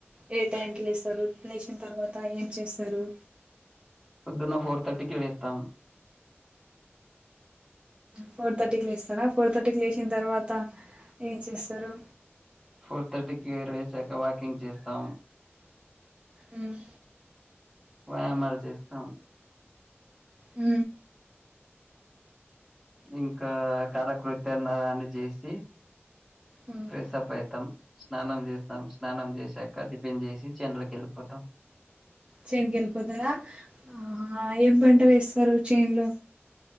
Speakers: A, on the right (about 25°); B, in the centre.
A: ఏ టైంకి లేస్తారు లేచిన తర్వాత ఏం చేస్తారు
B: పొద్దున్న ఫోర్ థర్టీకిి లేస్తాం
A: ఫోర్ థర్టీకి లేస్తారా ఫోర్ థర్టీకి లేచిన తర్వాత ఏం చేస్తారు
B: ఫోర్ థర్టీకి <unintelligible> లేచాక వాకింగ్ చేస్తాం
A: ఉమ్
B: వ్యాయామాలు చేస్తాం
A: ఊ
B: ఇంకా కాలకృత్యన్న అన్నీ చేసి
A: ఉమ్
B: ప్రెసప్ ఐతాం స్నానం చేస్తాం స్నానం చేసాక డి నేన్ జేసిచ్చి అందులొకెళ్ళిపోతాం
A: చెన్ కెల్పోతారా ఆ ఏం పంట వేస్ తారు చేన్లో